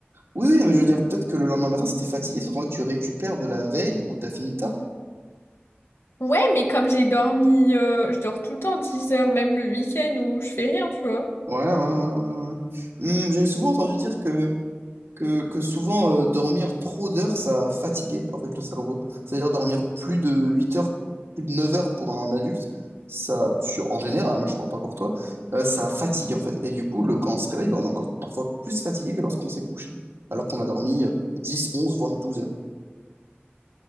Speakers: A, on the right; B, on the left.
A: Oui, oui, mais je veux dire, peut-être que le lendemain matin, c'était fatigué, sauf qu'en fait, tu récupères de la veille où t'as fini tard.
B: Ouais, mais comme j'ai dormi, euh, je dors tout le temps 10 heures, même le week-end où je fais rien, tu vois.
A: Ouais, ouais, ouais, ouais. ouais. Hum, j'ai souvent entendu dire que que, que souvent euh, dormir trop d'heures, ça fatiguait en fait le cerveau. C'est-à-dire dormir plus de 8 heures, plus de 9 heures pour un adulte, ça, sur- en général, hein, je parle pas pour toi, euh, ça fatigue en fait. Et du coup, le, quand on se réveille, ben, on est encore parfois plus fatigué que lorsqu'on s'est couché, alors qu'on a dormi euh, 10, 11, voire 12 heures.